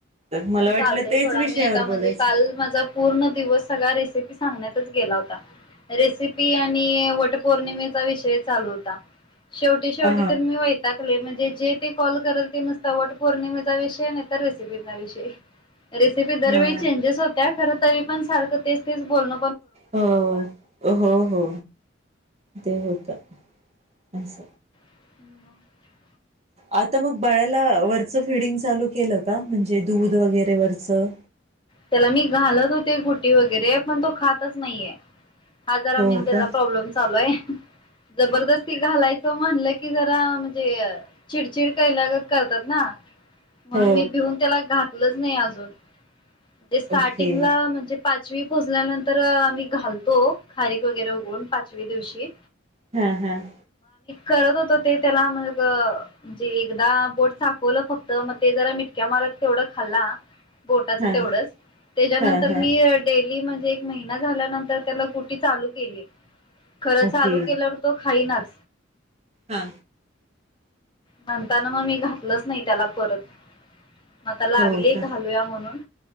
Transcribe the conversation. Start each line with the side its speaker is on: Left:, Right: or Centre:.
Right: तर मला
Left: पण चालतय
Right: वाटलं तेच
Left: सोडा
Right: विषयावर
Left: मी आता म्हणजे
Right: बोलायचं.
Left: काल माझा पूर्ण दिवस सगळा रेसिपी सांगण्यात तुन गेला होता. रेसिपी आणि वट पौर्णिमे तो विषय चालू होता. शेवटी शेवटी
Right: हा
Left: तर मी वैतागले म्हणजे जे ते कॉल करेल ते नुसत वटपौर्णिमे चा विषय आणितर रेसिपीचा विषय रेसिपी दरवेळी
Right: हा
Left: चेजेस होत्यात. खर तरी पण सारखं तेच तेच बोलण
Right: हो हो हो ते होता. अस
Left: <inaudible>
Right: आता मग बाळाला वरचं फिडिंग चालू केलं का म्हणजे दूध वगैरे वरचं
Left: त्याला मी घालत होते गुटी वगैरे पण तो खातच नाहीये हा जरा
Right: हो
Left: <unintelligible>
Right: का
Left: प्रॉब्लेम चालू हे जबरदस्ती घालायच म्हणल की ज त म्हणजे चिडचिड कयलागत करतात ना म्हणून
Right: हो
Left: मी भिऊून त्याला घातलंच नाही आजु <unintelligible> जे स्टार्टिंगला
Right: ओके
Left: म्हणजे पाचवी पुोजल्यानंतर अ आम्ही घालतो. खारीक वगैरे उगून पाचवी दिवशी
Right: हम्म हम्म.
Left: कळत होत ते त्याला मग ते एकदा बोट साफवल फक्त म ते जरा मिटक्या मारत तेवढं खाल्ला बोटा
Right: हा
Left: तेवढ त्यांतर
Right: हा हा
Left: मी डेलीमध्ये महिना झाल्यानंतर त्याला गुटी चालू केली. खरं
Right: ओके
Left: चालू केल्यावर तो खाईनाच
Right: हा.
Left: म्हणताना मग मी घातलंच नाही त्याला परत म आता लागलीए
Right: हो का
Left: घालूया म्हणून.